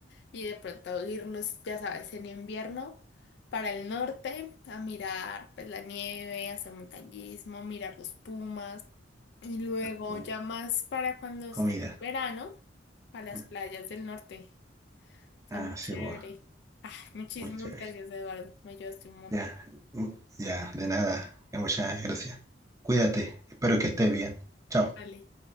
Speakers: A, on the left (about 60°); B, on the right (about 15°).
A: y de pronto irnos, ya sabes, en invierno para el norte a mirar pues la nieve, hacer montañismo, mirar los pumas y luego
B: uh,
A: ya más para cuando
B: comida.
A: sea verano, para las
B: Mm,
A: playas del norte. Está
B: Ah,
A: muy chévere.
B: sí, pues,
A: Ah, muchísimas
B: muy chévere.
A: gracias, Eduardo. Me ayudaste un montón.
B: Ya, uh, ya, de nada. Ya, Muchas gracias. Cuídate. Espero que estés bien. Chao.
A: Vale.